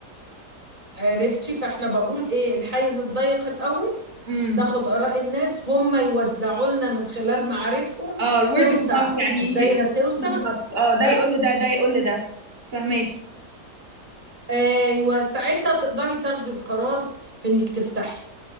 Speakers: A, on the right; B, on the right.
A: عرفتي فاحنا بقول ايه الحيز الضيق الاول
B: امم
A: ناخد آراء الناس هم يوزعوا لنا من خلال معارفهم
B: اه الورد
A: توسع
B: اوف ماوث يعني
A: الدايرة
B: ي- ي-
A: توسع
B: بالظبط اه
A: سع...
B: ده يقول لده ده يقول لده فهماكي
A: ايوه ساعتها تقدري تاخدي القرار في انك تفتحي